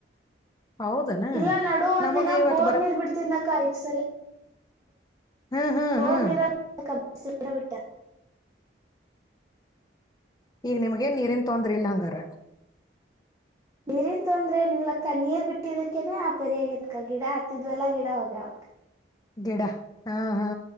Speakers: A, on the left; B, on the right.
A: ಹೌದನ
B: ಇಲ್ಲ ನಡುುವಂದ್
A: ನಮಗ
B: ದಿನ
A: ಇವತ್
B: ಬೋರ್ನೀರ್
A: ಬರ
B: ಬಿಡ್ತಿದ್ನಕಾ ಯಕ್ಸ್
A: ಹ್ಮ್ ಹ್ಮ್
B: ಬೋರ್ನಿರ
A: ಹ್ಮ್
B: <unintelligible> <unintelligible>
A: ಈಗ ನಿಮ್ಗೆ ನ್ ನೀರಿನ್ ತೊಂದ್ರೆ ಇಲ್ಲ ಹಂಗಾರ.
B: ನೀರಿನ್ ತೊಂದ್ರೆ ನಿಲಕ್ಕ ನೀರ್ ಬಿಟ್ಟಿದಕೇನೆ ಆ ಪರಿಯಾಗತ್ಕ ಗಿಡ ಹತ್ತಿದ್ಲ್ಲಾ ಗಿಡ ಹೋಗ್ಯಾವಕ್ಕ.
A: ಗಿಡ ಹಾ ಹಾ